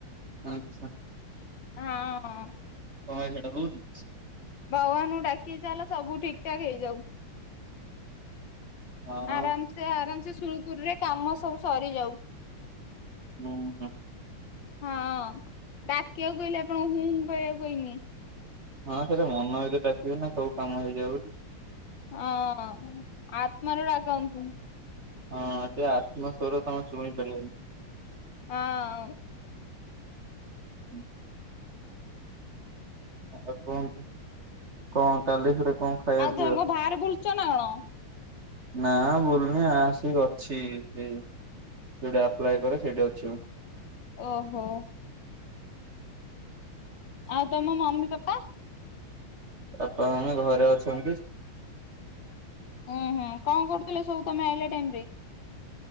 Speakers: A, on the right (about 35°); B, on the left (about 65°).
A: ଆଚ୍ଛା।
B: ହଁ।
A: ତମର ସେଇଟା ହଉନି।
B: ଭଗବାନଙ୍କୁ ଡାକି ଚାଲ ସବୁ ଠିକ ଠାକ ହେଇଯାଉ।
A: ହଁ
B: ଆରାମସେ ଆରାମସେ ସୁରୁଖୁରୁରେ କାମ ସବୁ ସରିଯାଉ।
A: ଉଁ ହୁଁ।
B: ହଁ ଡାକିଆକୁ କହିଲେ ଆପଣଙ୍କୁ ହୁଁ କହିବାକୁ କହିନି।
A: ହଁ ସେଟା ମନ ଭିତରେ ଡାକିବେ ନା ସବୁ କାମ ହେଇଯାଉ ବୋଲି।
B: ଅହ ଆତ୍ମାରୁ ଡାକନ୍ତୁ।
A: ହଁ ସେ ଆତ୍ମା ସ୍ୱର ତମେ ଛୁଇଁ ପାରିବନି।
B: ହଁ।
A: ହୁଁ। ଅ କୁହନ୍ତୁ କଣ କାଲି ଫେରେ କଣ ଖାଇବା
B: ଆଉ
A: ପିଇବା?
B: ତୁମେ କଣ ବାହାରେ ବୁଲୁଚ ନା କଣ?
A: ନା ବୁଲୁନି ଆସିକି ଅଛି। ସେ ଯୋଉଠି ଆପ୍ଲାଏ କରେ ସେଇଟି ଅଛି ମୁଁ।
B: ଓହୋ। ଆଉ ତମ ମମି ପାପା।
A: ପାପା, ମମି ଘରେ ଅଛନ୍ତି।
B: ଉଁ ହୁଁ କଣ କରୁଥିଲେ ସବୁ ତମେ ଆଇଲା ଟାଇମରେ?